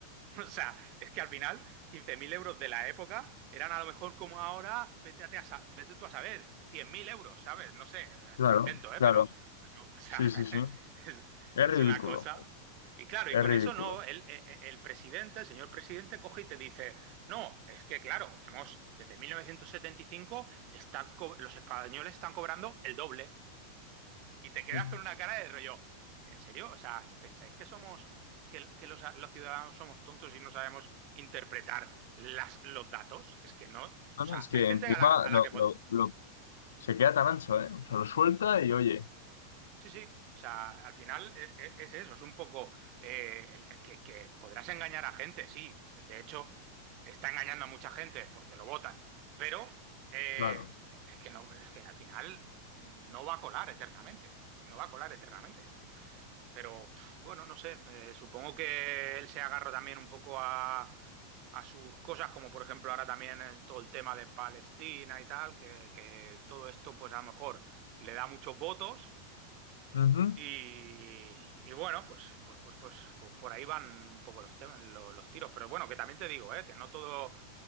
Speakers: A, on the right; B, on the left.
A: <laughs> O sea, es que al final 15.000 euros de la época eran a lo mejor como ahora, vete, a te a sa- vete tú a saber, 100.000 euros, ¿sabes? No sé,
B: Claro,
A: me invento, ¿eh?
B: claro,
A: Pero, pero, o sea,
B: sí, sí, sí.
A: <laughs> es,
B: Es
A: es
B: ridículo,
A: una cosa. Y claro, y
B: es
A: con
B: ridículo.
A: eso no, el, el- el presidente, el señor presidente, coge y te dice, no, es que claro, hemos, desde 1975 está co- los españoles están cobrando el doble. Y te quedas
B: No,
A: con una cara de rollo. ¿En serio? O sea, ¿pensáis que somos, que, que los, los ciudadanos somos tontos y no sabemos interpretar las, los datos? Es que no. O sea,
B: no, es que
A: hay gente
B: encima
A: a la, a
B: lo,
A: la que. pod-
B: lo, lo- se queda tan ancho, ¿eh? O sea, lo suelta y oye,
A: Sí, sí. O sea, al final e- e- es, eso, es un poco eh, que, que podrás engañar a gente, sí. De hecho, está engañando a mucha gente porque lo votan. Pero eh,
B: claro.
A: es que no, es que al final no va a colar eternamente. No va a colar eternamente. Pero pf, bueno, no sé, eh, supongo que él se agarra también un poco a, a sus cosas, como por ejemplo ahora también eh, todo el tema de Palestina y tal, que, que todo esto pues a lo mejor le da muchos votos
B: Ujú.
A: y, y bueno, pues, pues, pues, pues, pues por ahí van un poco los temas, lo- los tiros. Pero bueno, que también te digo, eh, que no todo,